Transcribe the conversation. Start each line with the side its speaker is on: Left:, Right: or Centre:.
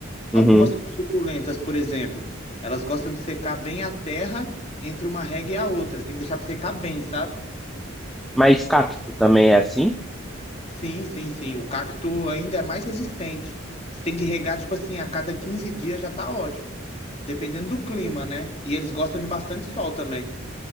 Centre: Uhum.
Left: Algumas suculentas, por exemplo, elas gostam de secar bem a terra entre uma rega e a outra. Você tem que deixar pra secar bem, sabe?
Centre: Mas cacto também é assim?
Left: Sim, sim, sim. O cacto ainda é mais resistente. Você tem que regar, tipo assim, a cada 15 dias já tá ótimo. Dependendo do clima, né? E eles gostam de bastante sol também.